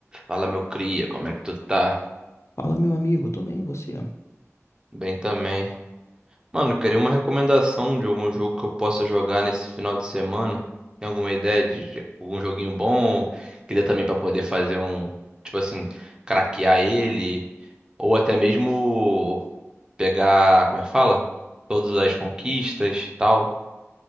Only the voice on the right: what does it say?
Fala, meu cria, como é que tu tá?
Bem também. Mano, eu queria uma recomendação de algum jogo que eu possa jogar nesse final de semana. Tem alguma ideia de, de algum joguinho bom que dê também pra poder fazer um, tipo assim, craquear ele ou até mesmo pegar, como é que fala? Todas as conquistas, e tal.